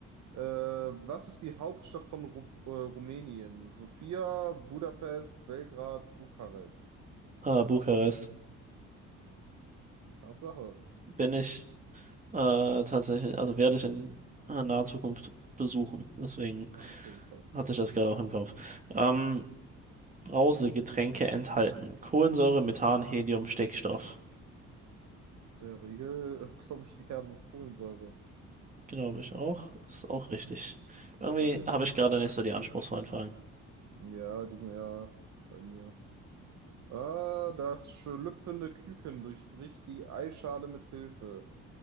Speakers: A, on the right (about 70°); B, on the right (about 25°).
A: Äh, was ist die Hauptstadt von Ru äh, Rumänien? Sofia, Budapest, Belgrad, Bukarest.
B: Äh, Bukarest.
A: Tatsache.
B: Bin ich äh, tatsächlich, also werde ich in äh, naher Zukunft besuchen. Deswegen
A: Ja, okay, krass.
B: hatte ich das gerade auch im Kopf. Ähm, Brausegetränke enthalten. Kohlensäure, Methan, Helium, Stickstoff.
A: der Regel, äh, <laughs> glaube ich, eher Kohlensäure.
B: Glaube ich auch. Ist auch richtig. Irgendwie
A: Okay.
B: habe ich gerade nicht so die anspruchsvollen Fragen.
A: Ja, die sind eher bei mir. Ah, das schlüpfende Küken durchbricht die Eischale mit Hilfe